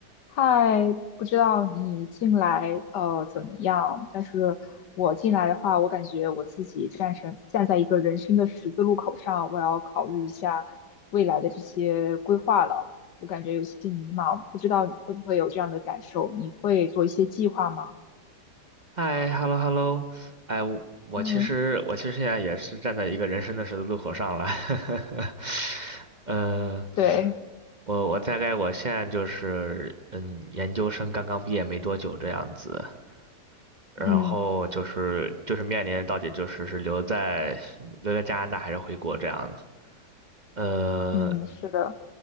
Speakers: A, on the left; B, on the right.
A: 嗨，不知道你进来呃怎么样？但是我进来的话，我感觉我自己站上站在一个人生的十字路口上，我要考虑一下未来的这些规划了。我感觉有些迷茫，不知道你会不会有这样的感受？你会做一些计划吗？
B: 嗨，hello hello，哎，我我其实我其实现在也是站在一个人生的十字路口上了，
A: 嗯，
B: <laughs> 呃，
A: 对，
B: 我我大概我现在就是嗯，研究生刚刚毕业没多久这样子，然后就是就是面临到底就是是留在留在加拿大还是回国这样子，
A: 嗯
B: 呃，
A: 嗯，是的。